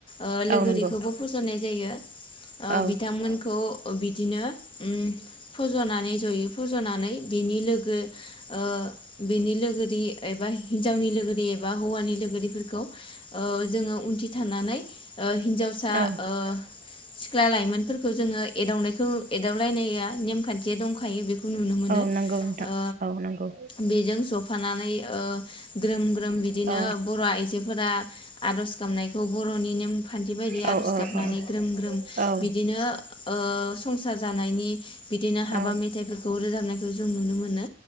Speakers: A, on the left (about 25°); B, on the right (about 40°).
A: ओ लोगोरिखौबो
B: औ नंगौ
A: फज'नाय जायो। ओ
B: औ
A: बिथांमोनखौ ओ बिदिनो उम फज'नानै ज'यै फज'नानै बिनि लोगो ओ बिनि लोगोरि एबा हिन्जावनि लोगोरि एबा हौवानि लोगोरिफोरखौ ओ जोङो उनथिं थानानै ओ हिन्जावसा
B: औ
A: ओ सिख्ला लाइमोनफोरखौ जोङो एदावनायखौ एदावलायनाया नेम खान्थिया दंखायो बेखौ नुनो मोनो।
B: औ नंगौ नोंथां
A: ओ
B: औ नंगौ
A: बेजों ज' फानानै ओ ग्रोम ग्रोम बिदिनो
B: औ
A: बर' आइजो फोरा आर'ज गाबनायखौ बर'नि नेमखान्थि बायदि
B: औ
A: आरज
B: औ
A: गाबनानै ग्रोम ग्रोम
B: औ औ
A: बिदिनो ओ संसार जानायनि बिदिनो हाबा
B: औ
A: मेथाइफोरखौ रोजाबनाय खौ जों नुनो मोनो।